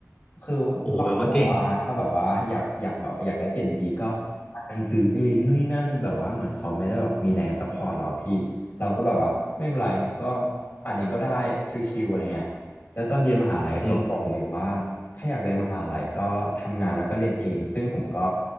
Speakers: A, on the left; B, on the left.
A: คือพ่อบอกว่าถ้าแบบว่าอยากอยากแบบอยากได้เกรดดีๆก็อ่านหนังสือเองนู่นนี่นั่นแบบว่าเหมือนเขาไม่ได้แบบมีแรงซัพพอร์ตเราอะพี่
B: โอ้โหแปลว่าเก่ง
A: เราก็แบบว่าไม่เป็นไรก็อ่านเองก็ได้ชิวๆอะไรเงี้ยแล้วตอนเรียนมหาลัยเขาก็บอกผมอีกว่า
B: อื
A: ถ้าอยากเรียนมหาลัยก็ทำงานแล้วก็เรียนเองซึ่งผมก็